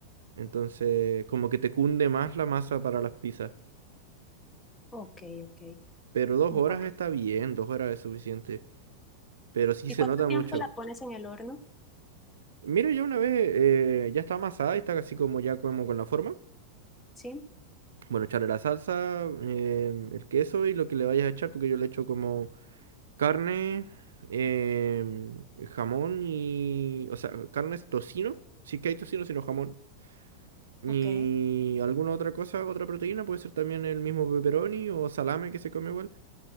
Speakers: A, on the right; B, on the left.
A: Entonces, como que te cunde más la masa para las pizzas.
B: Ok, ok.
A: Pero dos
B: Bueno.
A: horas
B: Bueno,
A: está bien, dos horas es suficiente. Pero sí
B: ¿Y
A: se
B: cuánto
A: nota
B: tiempo
A: mucho.
B: la pones en el horno?
A: Mira, ya una vez eh, ya está amasada y está casi como ya como con la forma.
B: Sí,
A: Bueno, echarle la salsa, eh, el queso y lo que le vayas a echar, porque yo le echo como Carne, em, jamón y... O sea, carne es tocino. Si es que hay tocino, sino jamón. Y
B: ok,
A: alguna otra cosa, otra proteína, puede ser también el mismo pepperoni o salame que se come igual.